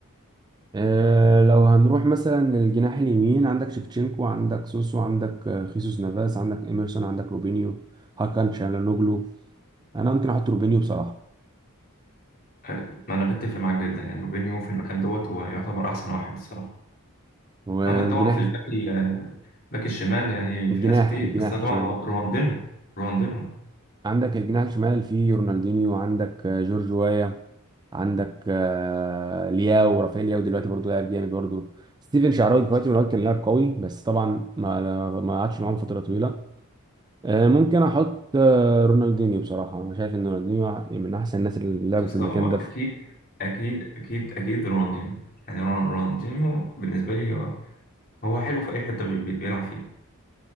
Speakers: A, on the right; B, on the left.
A: اه لو هنروح مثلا للجناح اليمين عندك شيفتشينكو عندك سوسو عندك آه، خيسوس نافاس عندك ايمرسون عندك روبينيو هاكان شالانوجلو انا ممكن احط روبينيو بصراحه
B: آه، ما انا بتفق معاك جدا يعني روبينيو في المكان دوت هو يعتبر احسن واحد الصراحه
A: والجناح
B: عندك طبعا في الباك ال- باك الشمال يعني
A: الجناح
B: في ناس كتير
A: الجناح
B: بس أنا
A: الشمال
B: طبعا رو- رونالدينهو رونالدينهو
A: عندك الجناح الشمال فيه رونالدينيو عندك آه، جورج وايا عندك آه، لياو رافائيل لياو دلوقتي برضه لاعب جامد برضه ستيفن شعراوي دلوقتي من الوقت كان لاعب قوي بس طبعا ما ما قعدش معاهم فتره طويله آه، ممكن احط آه، رونالدينيو بصراحه انا شايف ان رونالدينيو من احسن الناس اللي لعبوا
B: يا اسطى
A: في المكان
B: هو اكيد
A: ده
B: اكيد اكيد اكيد رونالدينيو يعني رون- رونالدينيو بالنسبه لي هو حلو في اي حته بي- بي- بيلعب فيها